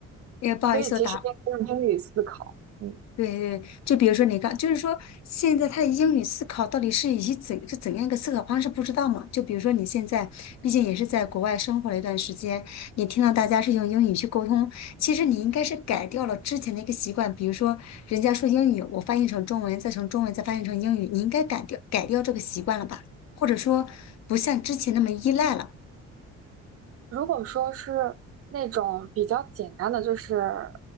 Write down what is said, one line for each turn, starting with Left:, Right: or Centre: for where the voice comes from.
Left: 也不好意思，
Right: 所以其实应该用英语思考。
Left: 我打
Right: 嗯。
Left: 对对，就比如说你刚，就是说现在他的英语思考到底是以及怎是怎样一个思考方式，不知道嘛？就比如说你现在，毕竟也是在国外生活了一段时间，你听到大家是用英语去沟通，其实你应该是改掉了之前的一个习惯，比如说人家说英语，我翻译成中文，再从中文再翻译成英语，你应该改掉改掉这个习惯了吧？或者说不像之前那么依赖了。
Right: 如果说是那种比较简单的，就是，